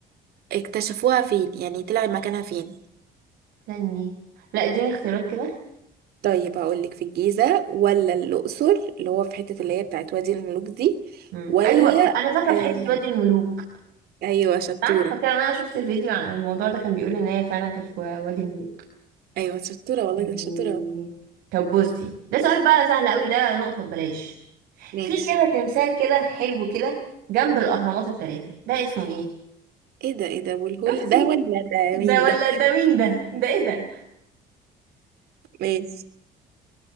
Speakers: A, on the right; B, on the right.
A: اكتشفوها فين يعني طلع مكانها فين
B: استني لا اديني اختيارات كده
A: طيب هقولك في الجيزة ولا الأقصر اللي هو في حتة اللي هي بتاعت وادي الملوك دي
B: مم.
A: ولا
B: ايوه ف... انا فاكره في
A: آه،
B: حته وادي الملوك
A: ايوه شطورة
B: صح فاكره ان انا شفت فيديو عن الموضوع ده كان بيقول ان هي فعلا كانت في وادي الملوك
A: أيوة شطورة والله
B: مم.
A: ده أنا شطورة أهو.
B: طب بصي ده سؤال بقى سهل قوي ده نقطه ببلاش
A: ماشي
B: في كده تمثال كده حلو كده جنب الاهرامات الثلاثه ده اسمه ايه
A: ايه ده ايه ده أبو الهول
B: شفتي
A: ده ولا ده
B: ده
A: مين
B: ولا
A: ده
B: ده مين ده ده ايه ده
A: ماشي